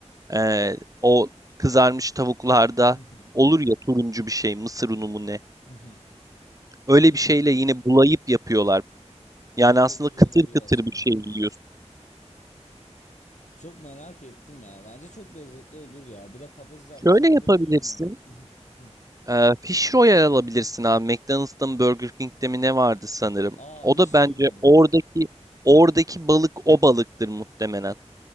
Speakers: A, on the right; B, on the left.
A: eee, o kızarmış tavuklarda
B: mhm,
A: olur ya turuncu bir şey mısır unu mu ne
B: mhm,
A: Öyle
B: mhm.
A: bir şeyle yine bulayıp yapıyorlar.
B: Aa
A: Yani
B: çok
A: aslında
B: güzel
A: kıtır
B: olabilir
A: kıtır
B: aslında.
A: bir şey yiyorsun.
B: Çok merak ettim ya. Bence çok lezzetli olur ya. Bir de patates yapmasının
A: Şöyle
B: yanında
A: yapabilirsin.
B: bilmiyorum. <laughs>
A: Eee Fish Royal alabilirsin abi. McDonald's'ta mı Burger King'de mi ne vardı sanırım.
B: Aa
A: O
B: hiç
A: da bence
B: duymadım.
A: oradaki oradaki balık o balıktır muhtemelen.